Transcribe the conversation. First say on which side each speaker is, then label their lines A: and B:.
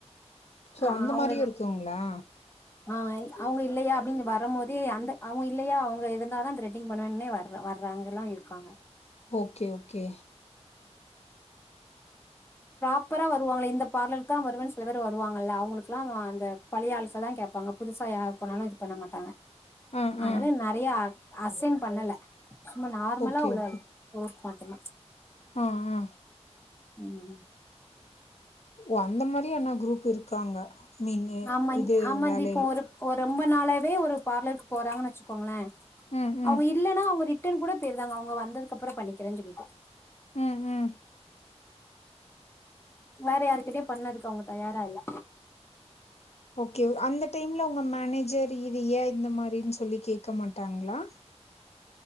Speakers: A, on the left (about 65°); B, on the left (about 20°).
A: சோ
B: ஆ
A: அந்த
B: அவங்க
A: மாரியும் இருக்குங்ளா
B: ஆ அவங்க இல்லயா அப்டின்னு வரும் மோதே அந்த ஆ அவுங்க இல்லையா அவுங்க இருந்தா தா த்ரெட்டிங் பண்ணுவேன்னே வர் வர்றவங்ல்லா இருக்காங்க
A: ஓகே ஓகே
B: ப்ராப்பரா வருவாங்கள இந்த ப்ராப்பரா வருவாங்க இந்த பார்லர் தா வருவேன் சில பேரு வருவாங்கல்ல அவங்ளுக்லா அந்த பழைய ஆளுச தா கேப்பாங்க புதுசா யாரு போனாலும் இது பண்ண மாட்டாங்க
A: ஆ
B: அத்னால
A: ஆ
B: நறைய அசைன் பண்ணல சும்மா நார்மலா
A: ஓகே,
B: உள்ள
A: ஓகே.
B: ஓர்க் மட்டு தா
A: ஆ ஆ
B: ம்
A: ஓ அந்த மாரி என்ன குரூப் இருக்காங்க மீன்னு
B: ஆமா
A: இதே
B: ஆமா
A: வேலைல
B: இந்த இப்போ ஒரு ஒரு ரொம்ப நாளாவே ஒரு பார்லருக்கு போறாங்கன்னு வச்சுக்கோங்களேன்
A: ம் ம்
B: இல்ன்னா அவுங்க ரிட்டர்ன் கூட போயிருவாங்க அவுங்க வந்ததுக்கு அப்புறோம் பண்ணிக்கிறேன்னு சொல்லிட்டு
A: ம் ம்
B: வேற யாருகிட்டயும் பண்ணதுக்கு அவுங்க தயாரா இல்ல
A: ஓகே அந்த டைம்ல உங்க மேனேஜர் இது ஏன் இந்த மாரின்னு சொல்லி கேக்க மாட்டாங்களா